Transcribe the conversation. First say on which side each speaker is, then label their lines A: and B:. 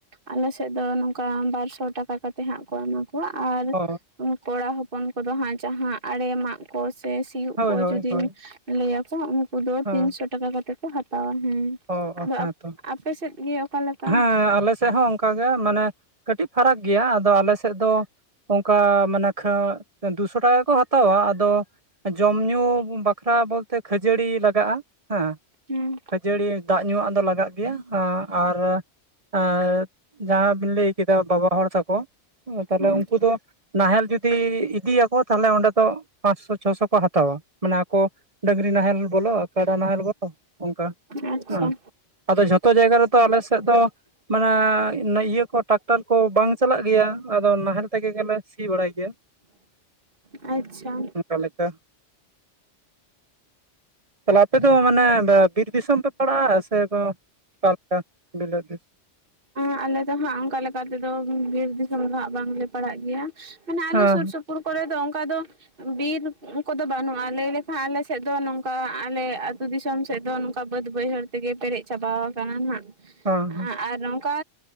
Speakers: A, on the right; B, on the right.
A: ᱟᱞᱮ ᱥᱮᱫ ᱫᱚ ᱱᱚᱝᱠᱟ ᱵᱟᱨ ᱥᱚ ᱴᱟᱠᱟ ᱠᱟᱛᱮ ᱦᱟᱸᱜ ᱠᱚ ᱮᱢᱟ ᱠᱚᱣᱟᱼᱼ ᱟᱨ
B: ᱚ
A: ᱠᱚᱲᱟ ᱦᱚᱯᱚᱱ ᱠᱚᱫᱚ ᱦᱟᱸᱜ ᱡᱟᱦᱟᱸ ᱟᱲᱮ ᱢᱟᱜ ᱠᱚ ᱥᱮᱼᱼ ᱥᱤᱭᱩᱜ
B: ᱦᱳᱭ
A: ᱠᱚ
B: ᱦᱳᱭ
A: ᱡᱩᱫᱤᱢ
B: ᱦᱳᱭ
A: ᱞᱟᱹᱭᱟᱠᱚ ᱩᱱᱠᱩ ᱫᱚ
B: ᱦᱮᱸ
A: ᱛᱤᱱᱥᱚ ᱴᱟᱠᱟ ᱠᱟᱛᱮᱜ ᱠᱚ ᱦᱟᱛᱟᱣᱟ ᱦᱮᱸ
B: ᱚ
A: ᱟᱫᱚ
B: ᱚ ᱦᱮᱸ ᱛᱚ
A: ᱟᱯᱮ ᱥᱮᱫ ᱜᱮ ᱚᱠᱟ ᱞᱮᱠᱟ?
B: ᱦᱮᱸ ᱟᱞᱮ ᱥᱮᱫ ᱦᱚᱸ ᱚᱱᱠᱟᱜᱮ ᱢᱟᱱᱮ ᱠᱟᱹᱴᱤᱡ ᱯᱷᱟᱨᱟᱠ ᱜᱮᱭᱟ ᱟᱫᱚ ᱟᱞᱮ ᱥᱮᱫ ᱫᱚᱼᱼ ᱚᱱᱠᱟ ᱢᱟᱱᱮ ᱠᱷᱟ ᱫᱩᱥᱚ ᱴᱟᱠᱟ ᱜᱮᱠᱚ ᱦᱟᱛᱟᱣᱟ ᱟᱫᱚᱼᱼ ᱡᱚᱢ ᱧᱩ ᱵᱟᱠᱷᱨᱟ ᱵᱚᱞᱛᱮ ᱠᱷᱟᱹᱡᱟᱹᱲᱤ ᱞᱟᱜᱟᱜᱼᱟ ᱦᱮᱸᱼᱼ
A: ᱦᱩᱸ᱾
B: ᱠᱷᱡᱟᱹᱲᱤ ᱫᱟᱜ ᱧᱩᱣᱟᱜ ᱫᱚ ᱞᱟᱜᱟᱜ ᱜᱮᱭᱟ ᱟᱨ ᱟᱨ ᱡᱟᱦᱟᱸ ᱵᱤᱱ ᱞᱟᱹᱭ ᱠᱮᱫᱟ ᱵᱟᱵᱟ ᱦᱚᱲ ᱛᱟᱠᱚ ᱛᱟᱦᱞᱮ
A: ᱦᱮᱸ
B: ᱩᱱᱠᱩ ᱫᱚ ᱱᱟᱦᱮᱞ ᱡᱩᱫᱤ ᱤᱫᱤᱭᱟᱠᱚ ᱛᱟᱦᱞᱮ ᱚᱸᱰᱮ ᱫᱚ ᱯᱟᱸᱥᱥᱚ ᱪᱷᱚᱥᱚ ᱠᱚ ᱦᱟᱛᱟᱣᱟ ᱢᱟᱱᱮ ᱟᱠᱚ ᱰᱟᱹᱝᱨᱤ ᱱᱟᱦᱮᱞ ᱵᱚᱞᱚ ᱠᱟᱰᱟ ᱱᱟᱦᱮᱞ ᱵᱚᱞᱚ ᱚᱱᱠᱟ᱾
A: ᱟᱪᱪᱷᱟ᱾
B: ᱦᱮᱸ ᱟᱫᱚ ᱡᱷᱚᱛᱚ ᱡᱟᱭᱜᱟ ᱨᱮᱫᱚ ᱟᱞᱮ ᱥᱮᱫ ᱫᱚ ᱢᱟᱱᱮ ᱤᱭᱟᱹ ᱠᱚ ᱴᱨᱟᱠᱴᱟᱨ ᱠᱚ ᱵᱟᱝ ᱪᱟᱞᱟᱜ ᱜᱮᱭᱟ ᱟᱫᱚ ᱱᱟᱦᱮᱞ ᱛᱮᱜᱮ ᱜᱮᱞᱮ ᱥᱤ ᱵᱟᱲᱟᱭ ᱜᱮᱭᱟ
A: <unintelligible> ᱟᱪᱪᱷᱟ᱾
B: ᱚᱠᱟ ᱞᱮᱠᱟ? ᱛᱟᱦᱚᱞᱮ ᱟᱯᱮ ᱫᱚ ᱢᱟᱱᱮ ᱵᱤᱨ ᱫᱤᱥᱚᱢ ᱯᱮ ᱯᱟᱲᱟᱜᱼᱟ ᱥᱮ ᱚᱠᱟ ᱞᱮᱠᱟ ᱵᱤᱞᱟᱹᱫ ᱫᱤᱥ
A: ᱟᱞᱮ ᱫᱚ ᱦᱟᱸᱜ ᱚᱱᱠᱟ ᱞᱮᱠᱟ ᱛᱮᱫᱚ ᱵᱤᱨ ᱫᱤᱥᱚᱢ ᱫᱚ ᱦᱟᱸᱜ ᱵᱟᱝᱞᱮ ᱯᱟᱲᱟᱜ ᱜᱮᱭᱟ ᱢᱟᱱᱮ ᱟᱞᱮ
B: ᱦᱮᱸ
A: ᱥᱩᱨ ᱥᱩᱯ ᱯᱩᱨ ᱠᱚᱨᱮ ᱫᱚ ᱚᱱᱠᱟ ᱫᱚ ᱵᱤᱨ ᱠᱚᱫᱚ ᱵᱟᱹᱱᱩᱜᱼᱟ ᱞᱟᱹᱭ ᱞᱮᱠᱷᱟᱱ ᱟᱞᱮ ᱥᱮᱫ ᱫᱚ ᱱᱚᱝᱠᱟ ᱟᱞᱮ ᱟᱹᱛᱩ ᱫᱤᱥᱚᱢ ᱥᱮᱫ ᱫᱚ ᱱᱚᱝᱠ ᱠᱟ ᱵᱟᱹᱫᱽ ᱵᱟᱹᱭᱦᱟᱹᱲ ᱛᱮᱜᱮ ᱯᱮᱨᱮᱡ ᱪᱟᱵᱟ ᱟᱠᱟᱱᱟ ᱱᱟᱜ
B: ᱦᱮᱸ ᱦᱮᱸ
A: ᱟᱨ ᱱᱚᱝᱠᱟ